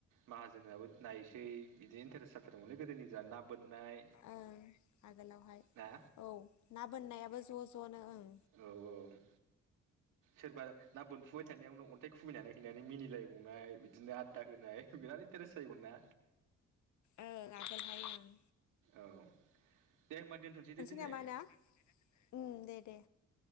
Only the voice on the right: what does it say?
माहाजोनाबो नायनोसै बिदिनो इन्टारेस्ट जाथारोमोन लै गोदोनि ज न बोननाय
ना
औ औ सोरबा ना बोनफुबाय थानायावनो अन्थाइ खुबैनानै हैनानै मिनिलायबावनाय बिदिनो आददा होनाय बिराद इन्टारेस्ट जायोमोन ना?
औ दे होमबा दोनथ'नोसै दे दिनै।